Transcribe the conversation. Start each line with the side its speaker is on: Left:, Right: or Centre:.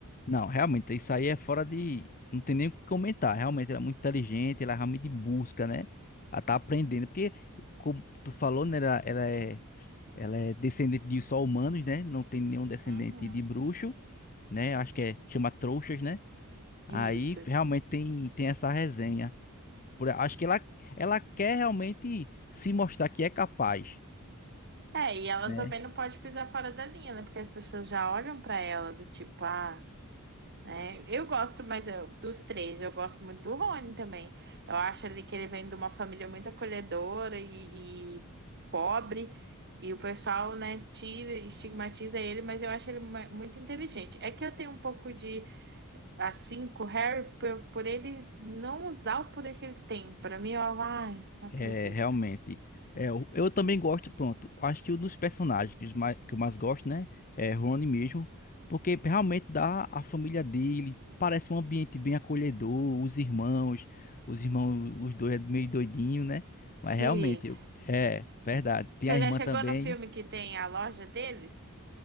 Left: Não, realmente, isso aí é fora de. Não tem nem o que comentar. Realmente, ela é muito inteligente, ela realmente busca, né? Ela tá aprendendo. Porque, como tu falou, né? Ela, ela é, ela é descendente de só humanos, né? Não tem nenhum descendente
Right: Uhum,
Left: de bruxo, né? Acho que é, chama trouxas, né?
Right: isso.
Left: Aí realmente tem, tem essa resenha. Por, acho que ela, ela quer realmente se mostrar que é capaz,
Right: É, e ela
Left: né?
Right: também não pode pisar fora da linha, né? Porque as pessoas já olham pra ela do tipo, ah. É, eu gosto, mas eu- dos três, eu gosto muito do Rony também. Eu acho ali que ele vem de uma família muito acolhedora e, e pobre, e o pessoal, né, tira, estigmatiza ele, mas eu acho ele mu- muito inteligente. É que eu tenho um pouco de, assim, com o Harry, por, por ele não usar o poder que ele tem. Pra mim, eu, ai, não acredito.
Left: É, realmente. É, eu, eu também gosto, pronto. Acho que um dos personagens que, os mai- que eu mais gosto, né? É Rony mesmo. Porque realmente dá a família dele. Parece um ambiente bem acolhedor. Os irmãos. Os irmãos, os dois é meio doidinho, né?
Right: Sim.
Left: Mas realmente, eu, é verdade.
Right: você
Left: Tem a
Right: já
Left: irmã
Right: chegou
Left: também.
Right: no filme que tem a loja deles?